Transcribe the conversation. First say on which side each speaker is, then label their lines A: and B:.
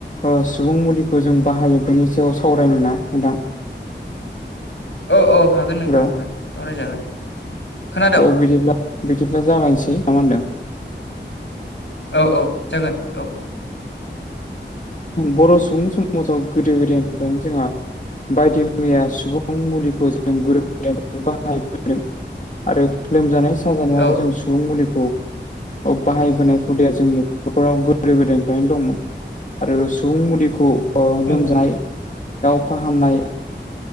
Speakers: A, on the left; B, on the left.
A: ओ सुबुं मुलिखौ जों बाहायो बेनि सायाव सावरायनोना नोंथां?
B: औ औ हागोन नोंथां
A: हेलौ
B: हागोन सावरायजागोन। खोनादों
A: अह बिदिब्ला बिदिब्ला जागायसै ना मा होनदों।
B: औ औ जागोन औ।
A: बर' सुबुं समाजाव गोदो गोदायनिफ्रायनो जोंहा बायदि मैया सुबुं मुलिखौ जों गोरोबलायनानै बाहायबोदों आरो। लोमजानाय साजानायावबो
B: औ
A: जों सुबुं मुलिखौ औ बाहायबोनाय हुदाया जोंनि बर'फोराव गोदो गोदायनिफ्रायनो दंमोन। आरो सुबुं मुलिखौ
B: औ
A: लोमजानायाव फाहामनाय